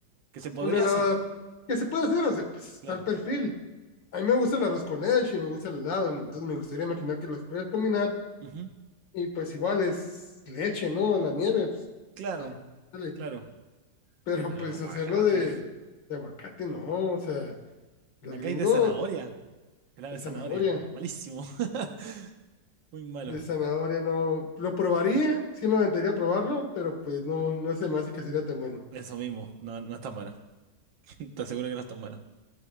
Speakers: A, on the right; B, on the left.
A: Que se podría
B: un helado
A: hacer, po,
B: que se puede hacer, o sea, pues
A: claro.
B: está el perfil. A mí me gusta el arroz con leche y me gusta el helado, entonces me gustaría imaginar que los puedes combinar
A: Ujú,
B: y pues igual es leche, ¿no? La nieve, pues,
A: Claro,
B: es palo, dale.
A: claro.
B: Pero
A: Pero
B: pues
A: aguacate.
B: hacerlo de, de aguacate, no, o sea,
A: <laughs>
B: los
A: Acá
B: gringos
A: hay de zanahoria. Helado
B: de
A: de
B: zanahoria,
A: zanahoria. Malísimo. <laughs> Muy malo.
B: de zanahoria no, lo probaría, sí me aventaría a probarlo, pero pues no, no se me hace que sería tan bueno.
A: Eso mismo. No, no es tan bueno. <laughs> Te aseguro que no es tan bueno.